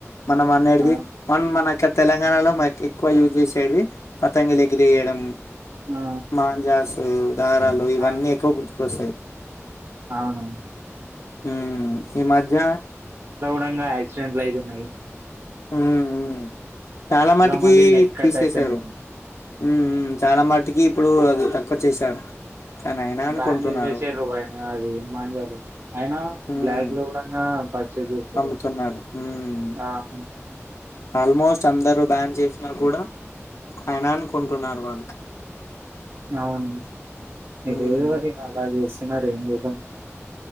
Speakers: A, on the left; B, on the right.
A: మనం అనేడిది
B: ఆ
A: మన్ మనకి ఆ తెలంగాణలో మట్టి ఎక్కువ యూజ్ చేసేది పతంగిలు ఎగిరేయడం
B: ఆ
A: మాంజాస్ ఓ దారాలు ఇవన్నీ
B: ఆ
A: ఎక్కువ గుర్తుకొస్తాయ్,
B: అవును
A: మ్మ్ ఈ మధ్య
B: డంగా యాక్సిడెంట్లు అయితున్నయ్
A: మ్మ్ హ్మ్ చాలా మటుకి
B: మంది నెక్
A: తీసేసారు,
B: కట్ అయితున్నాయి
A: మ్మ్ హ్మ్ చాలా మటుకి ఇప్పుడు అది తక్కు క్కువ చేశారు కానీ అయినా అనుకుంటున్నారు.
B: బ్యాన్ చేసేసిర్రు ఐనా అది మాంజాలు అయినా
A: హ్మ్.
B: బ్లాక్ లో కూడా ఇంగా పర్చేజ్ చేసుకుంటురు
A: అమ్ముతున్నారు. హ్మ్.
B: ఆ, ఉమ్
A: ఆల్మోస్ట్ అందరూ బ్యాన్ చేసినా కూడా అయినాన్ కుంటున్నారు వాళ్ళు
B: అవున్ నాకేదోటి
A: ఉమ్
B: అలా జేస్ చ్చిన్నారు ఏం జేద్దాం